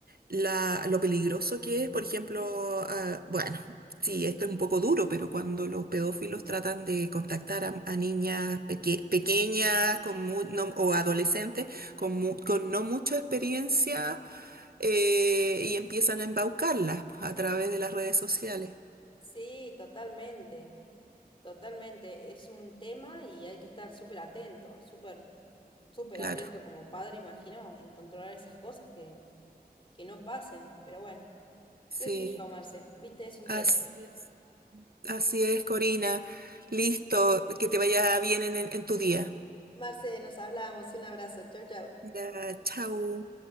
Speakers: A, on the right; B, on the left.
A: la- lo peligroso que es, por ejemplo, ah, bueno, sí, esto es un poco duro, pero cuando los pedófilos tratan de contactar a, a niñas peque- pequeñas con mu- no- o adolescentes con, mu- con no mucha experiencia eh, y empiezan a embaucarlas a través de las redes sociales,
B: Sí, totalmente, totalmente. Es un tema y hay que estar súper atento, súper, súper
A: claro,
B: atento como padre, imagino, en controlar esas cosas que, que no pasen. Pero bueno,
A: sí,
B: qué sé yo, Marce, viste, es un
A: así
B: tema.
A: es, así es, Corina, listo, que te vaya bien en, en en tu día.
B: Marce, nos hablamos, un abrazo, chau, chau.
A: Ya, chau.